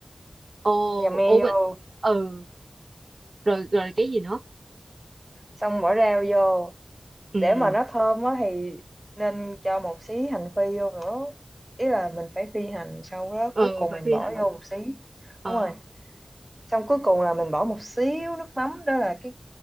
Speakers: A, on the right (about 65°); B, on the right (about 15°).
A: ồ
B: dầm me
A: ủa bình
B: vô
A: ừ rồi rồi cái gì nữa
B: xong bỏ rau vô
A: ừ
B: để mà nó thơm á thì nên cho một xí hành phi vô nữa ý là mình phải phi hành sau đó
A: ừ
B: cuối cùng
A: phải
B: mình
A: phi
B: bỏ
A: hành
B: vô một xí
A: ờ
B: đúng rồi xong cuối cùng là mình bỏ một xíu nước mắm đó là cái